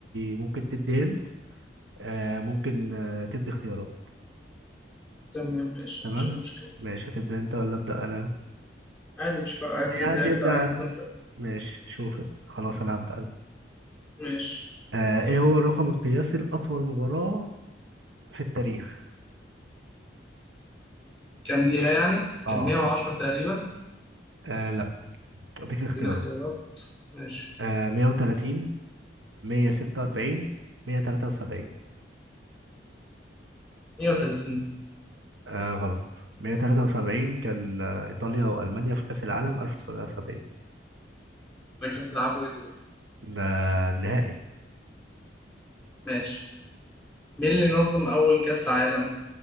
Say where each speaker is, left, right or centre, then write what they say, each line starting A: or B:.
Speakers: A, on the right (about 80°); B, in the centre.
A: ممكن تدي هنت آه ممكن آه تدي اختيارات
B: تمام ماشي
A: تمام؟
B: مفيش اي مشكلة
A: ماشي هتبدأ أنت ولا أبدأ أنا؟
B: عادي مش فارقة عايز
A: أي
B: تبدأ
A: حد يبدأ
B: ابدأ عايز
A: عادي
B: تبدأ
A: ماشي شوف انت. خلاص أنا هبدأ أنا
B: ماشي
A: آه إيه هو الرقم القياسي لأطول مباراة في التاريخ؟
B: كام دقيقة يعني؟
A: اه
B: كان 110 تقريبا
A: آه، اديك اختيارات
B: اديني اختيارات ماشي
A: آه 130 146 173
B: 130
A: آه غلط 173 كان آه ايطاليا والمانيا في كاس العالم 1970
B: ده كانوا بيلعبوا ايه دول؟
A: ده النهائي
B: ماشي مين اللي نظم أول كأس عالم؟